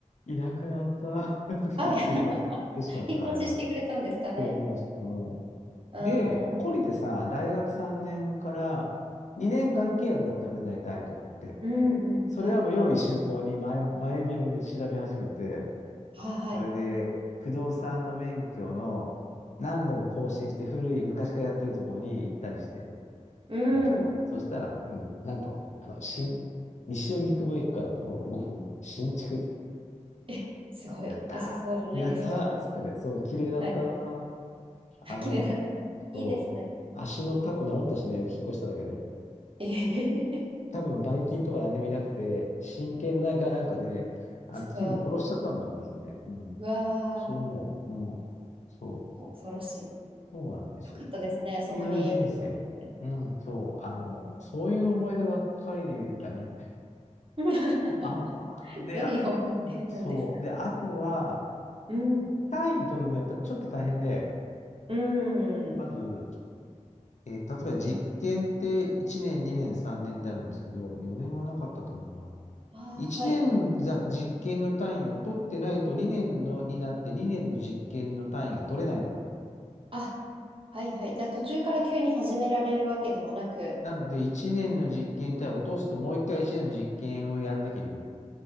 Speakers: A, on the left; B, on the right.
A: いなくなった <laughs> と思ってさ、
B: はい。<laughs>
A: 嬉しかった、
B: 引っ越ししてくれたんですかね。
A: あれは。そう思う、そう思
B: うん。
A: う。で、懲りてさ、大学3年から2年間契約だったのね、大体のとこって。
B: うんうん。
A: それはもう用意周到に前、
B: はい。
A: 前広に調べ始めて、
B: はいはい。
A: それで、不動産の免許の何度も更新して古い昔からやってるとこに行ったりして、
B: う
A: やった。
B: ん。
A: そしたら、うん、なんと、あの、新、西荻窪駅から徒歩5分、新築。
B: え、すごい。
A: やったーやったーっつってね、
B: 良さそうじゃないですか。
A: そう、綺麗だったな
B: はい。
A: ー。あの、
B: あ、綺麗な。
A: そう、
B: いいですね。
A: 足のタコ治ったしね、引っ越しただけで。
B: えへへへ
A: 多分、ばい菌とか何でもいなくて、神経剤かなんかで、あの、
B: そ
A: 菌も殺しちゃったんだろうね、人ね。うん。
B: う。うわ
A: そう思う。うん。そう。
B: ー、恐ろしい。よ
A: そうなんですよ。
B: かったですね。そこに引っ越せて。
A: いう人生。うん、そう。あの、
B: うん
A: そういう思い出ばっかりだね。
B: <laughs>
A: あ、わで、
B: どういう思い出なんですか
A: あそう。で、あとは、
B: うん。
A: 単位取るのやっぱちょっと大変で、
B: うん。
A: まず、えー例えば実験って1年、
B: え、
A: 2年、3年であるんですけど、4年はなかったと思うな。
B: ああ、
A: 1年ざ実験の単位を取ってないと2年のになって2年の実験の単位が取れないの。
B: はい。あ、はいはい。じゃあ途中から急に始められるわけではなく、
A: なので1年の実験単位を落とすともう1回1年の実験をやんなきゃいけない。